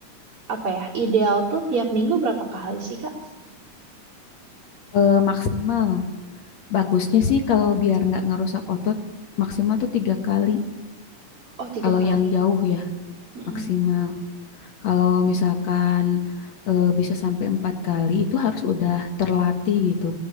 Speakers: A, on the right; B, on the left.
A: apa ya ideal tuh tiap minggu berapa kali sih kak?
B: Eh, maksimal. Bagusnya sih kalau biar nggak ngerusak otot, maksimal tuh tiga kali.
A: Oh tiga
B: Kalau
A: kali.
B: yang jauh ya,
A: Mhm
B: maksimal. Kalau misalkan eh, bisa sampai empat kali, itu harus udah terlatih gitu.